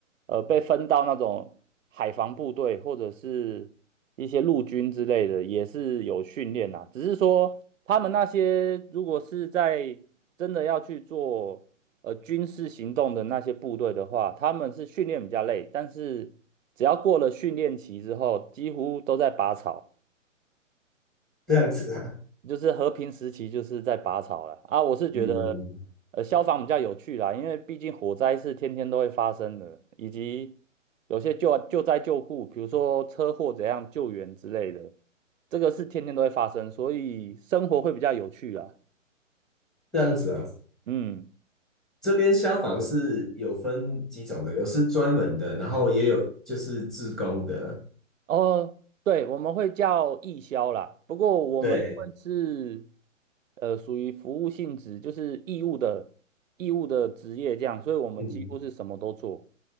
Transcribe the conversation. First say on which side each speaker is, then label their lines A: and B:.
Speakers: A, on the right; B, in the centre.
A: 呃，被分到那种海防部队或者是一些陆军之类的，也是有训练啦。只是说他们那些如果是在真的要去做呃军事行动的那些部队的话，他们是训练比较累，但是只要过了训练期之后，几乎都在拔草。
B: 这样子啊？
A: 就是和平时期就是在拔草了啊。我是觉得，
B: 嗯嗯嗯，
A: 呃，消防比较有趣啦，因为毕竟火灾是天天都会发生的，以及有些救救灾救护，比如说车祸怎样救援之类的，这个是天天都会发生，所以生活会比较有趣啦。
B: 这样子啊。
A: 嗯，
B: 这边消防是有分几种的，有是专门的，然后也有就是自工的。
A: 哦，对，我们会叫义消啦。不过我们因为是
B: 对，
A: 呃属于服务性质，就是义务的义务的职业这样，所以我们几乎是什么都做。
B: 嗯，